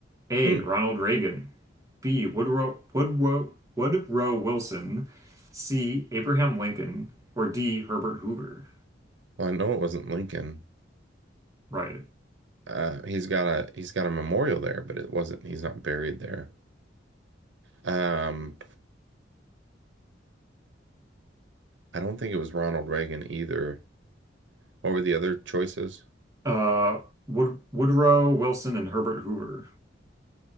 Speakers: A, on the right (about 20°); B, on the right (about 70°).
A: A.
B: Hmm.
A: Ronald Reagan. B. Woodrow, Woodrow, Woodrow Wilson. C. Abraham Lincoln. Or D. Herbert Hoover.
B: Well, I know it wasn't Lincoln.
A: Right.
B: Uh, he's got a he's got a memorial there, but it wasn't. He's not buried there. Um, I don't think it was Ronald Reagan either. What were the other choices?
A: Uh, Wood, Woodrow Wilson and Herbert Hoover.